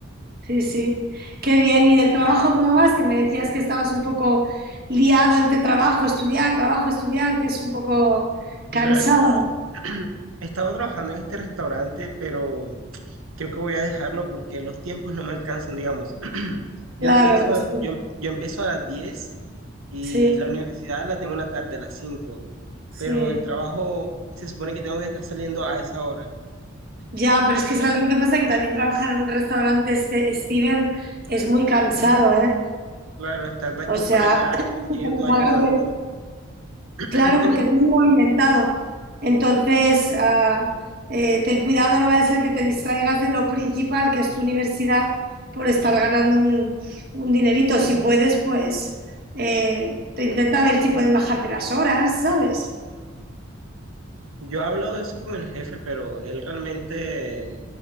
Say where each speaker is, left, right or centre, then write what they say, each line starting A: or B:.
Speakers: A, on the right; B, on the right.
A: Sí, sí. Qué bien. ¿Y del trabajo cómo vas? Que me decías que estabas un poco liado entre trabajo, estudiar, trabajo, estudiar, que es un poco cansado,
B: Y la verdad, <clears throat> he estado trabajando en este restaurante, pero creo que voy a dejarlo porque los tiempos no me alcanzan, digamos. <clears throat>
A: claro.
B: Yo empiezo
A: es-
B: a, yo, yo empiezo a las 10 y
A: Sí,
B: la universidad la tengo en la tarde a las cinco
A: sí.
B: pero el trabajo se supone que tengo que estar saliendo a esa hora.
A: Ya, pero es que sabes lo que pasa, que también trabajar en un restaurante, este, Steven, es muy cansado, ¿eh?
B: Claro, estar de aquí
A: O sea,
B: para allá, atendiendo,
A: <clears throat> cuando
B: ayudando.
A: salgas
B: <clears throat>
A: Claro, porque es muy movimentado. Entonces, ah, eh, ten cuidado, no vaya a ser que te distraigas de lo principal, que es tu universidad, por estar ganando un, un dinerito. Si puedes, pues eh, te intenta ver si pueden bajarte las horas, ¿sabes?
B: Yo hablo de eso con el jefe, pero él realmente